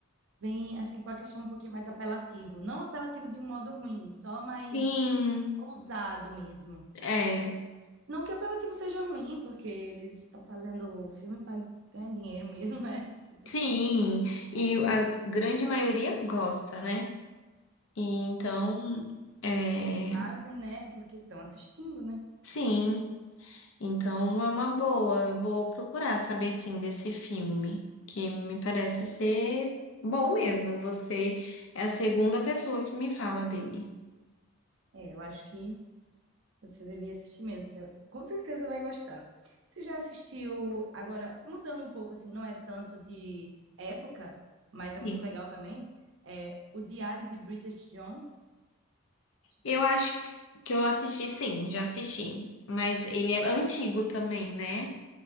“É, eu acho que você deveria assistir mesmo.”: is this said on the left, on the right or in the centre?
Right